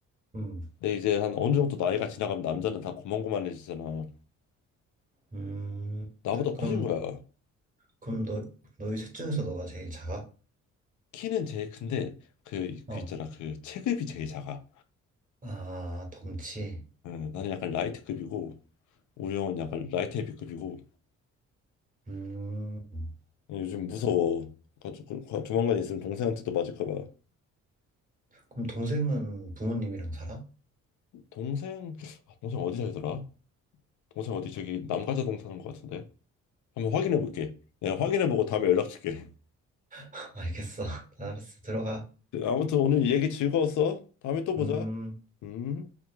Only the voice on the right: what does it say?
음,
음.
그럼,
그럼 너, 너희 셋 중에서 너가 제일 작아?
어,
아, 덩치.
음,
그럼 동생은 부모님이랑 살아?
<laughs> 알겠어. <laughs> 알았어. 들어가.
음.